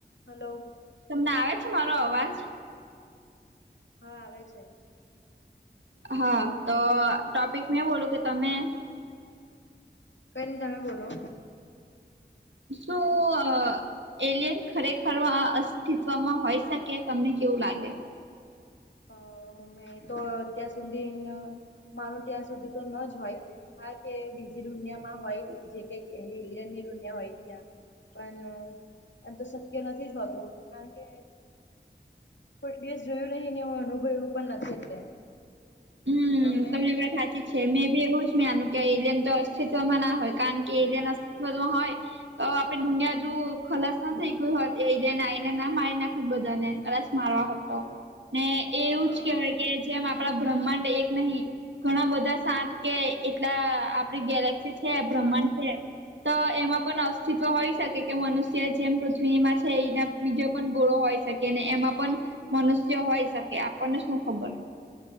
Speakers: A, on the left; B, on the right.
A: Hello.
B: તમને આવે છે મારો અવાજ.
A: હા આવે છે.
B: હા તો ટોપિક મેં બોલું કે તમે.
A: કઈ નઇ તમે બોલો.
B: શું અ. એલિયન ખરેખર અસ્તિત્વમાં હોય શકે તમને કેવું લાગે.
A: અ હમે તો અત્યાર સુધી માનું ત્યાં સુધી તો ન જ હોય. હા કે બીજી દુનિયામાં હોય જે કઈ એલિયનની દુનિયા હોય ત્યાં હલો. એમ તો શક્ય નથી જ હોતું કારણ કે કોઈ દેશ જોયું નહી. કે અનુભય પણ નથી એટલે
B: હમ્મ
A: તમે
B: તમારી વાત સાચી જ છે મે બી એવું જ મેં આનું કેમ મામાં ના હોય કારણ કે એ ના હોય તો આપે દુનિયા હજુ ખલાસ ના થઈ ગઈ હોય એને આને ના મારી નાખે બધાને ખલાસ મારવા ને એવું
A: હા
B: જ કેવાય
A: હા
B: કે જેમ આપડા બ્રહ્માંડ એક નહી ઘણા બધા સાત કે એટલા આપડી ગેલેક્સી છે બ્રહ્માંડ
A: સાત
B: છે
A: હમ
B: તો એમાં પણ અવ અસ્તિત્વ હોય શકે કે મનુષ્ય જેમ પૃથ્વીમાં છે એના બીજો પણ ગૂણો હોય શકે ને એમાં પણ મનુષ્ય હોય શકે આપણને શું ખબર